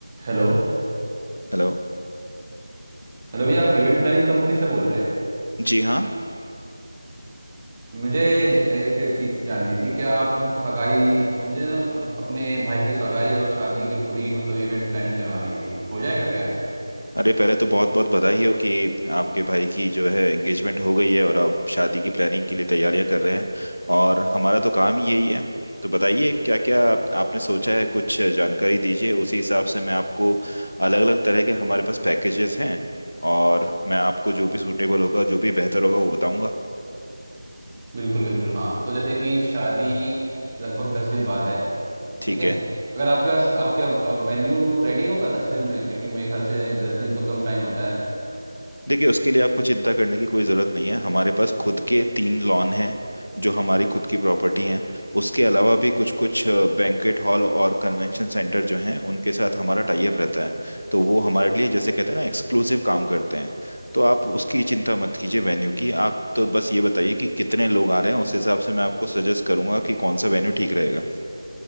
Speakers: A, on the right; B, on the left.
A: Hello
B: Hello
A: Hello भैया आप event planning company से बोल रहे हैं
B: जी हाँ
A: मुझे ज- एक चीज़ जाननी थी कि आप सगाई मुझे ना अप- अपने भाई की सगाई और शादी की पूरी मतलब इवेंट प्लानिंग करवानी थी हो जाएगा क्या
B: अरे पहले तो बहुत बहुत बधाई हो कि आपके भाई की जो है एंगेजमेंट हो गई है और आप शादी की प्लानिंग के लिए तैयारियां कर रहे हैं और हमारा तो काम ही यही है तो बताइए क्या क्या आपने सोचा है कुछ जानकारी दीजिए उसी हिसाब से मैं आपको अलग अलग तरह के हमारे पास पैकेजेस हैं और मैं आपको जो भी सूटेबल होगा जो भी बेहतर होगा वो बताऊंगा
A: बिल्कुल बिल्कुल हाँ तो जैसे कि शादी लगभग दस दिन बाद है
B: ठीक
A: ठीक है
B: है
A: अगर आपके पास आपके वेन्यू रेडी होगा दस दिन में क्योंकि मेरे ख्याल से दस दिन तो कम टाइम होता है
B: देखिए उसके लिए आपको चिंता करने की कोई ज़रूरत नहीं है हमारे पास खुद के तीन लॉन हैं जो हमारी खुद की प्रॉपर्टी हैं उसके अलावा भी कुछ कुछ बैंक्वेट हॉल और कन्वेंशन सेंटर जो हैं उनके साथ हमारा टाई अप रहता है तो वो हमारे लिए जैसे कहते हैं ना एक्सक्लूसिव काम करते हैं तो आप उसकी चिंता मत कीजिए वेन्यू की आप तो बस ये बताइए कि कितने लोग आ रहे हैं उस हिसाब से मैं आपको सजेस्ट करूंगा कि कौन सा वेन्यू ठीक रहेगा